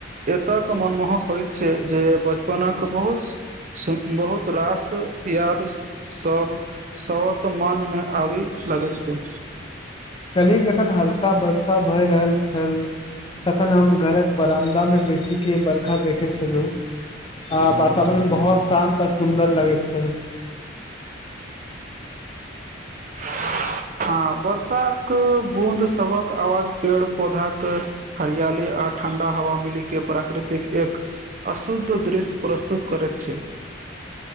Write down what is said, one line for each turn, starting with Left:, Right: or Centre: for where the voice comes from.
Right: एतक मनमोहक होइ छै जे बचपन कऽ बहुत संग बहुत रास यादसँ सब <inaudible> सबत मन मे आबि लगैत छै
Left: कल्ही जखन हल्का बर्षा भए रहल छल तखन हम घरक बरामदामे बेसीकेँ बरखा देखैत छलहुँ आ वातावरण बहुत शान्त आ सुन्दर लगैत छै
Right: <unintelligible> हँ वर्षाक बूद सबक आवाज पेड़ पौधा कऽ हरियली आर ठण्डा हवा मिली केँ प्राकृतिक एक अशुद्ध दृश्य प्रस्तुत करैत छै